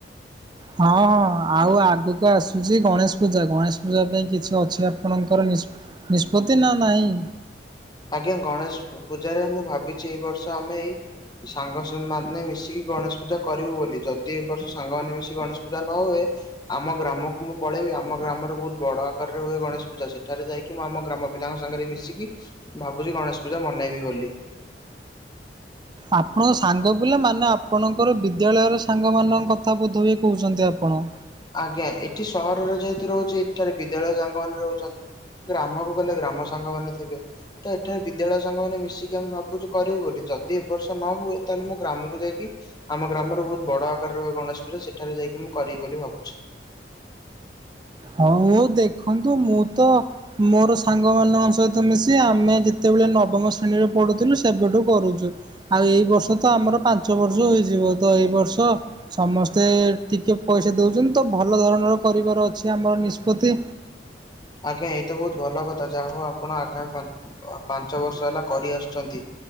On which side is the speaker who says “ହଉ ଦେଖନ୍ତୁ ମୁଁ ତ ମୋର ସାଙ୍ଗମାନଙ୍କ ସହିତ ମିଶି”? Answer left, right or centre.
Right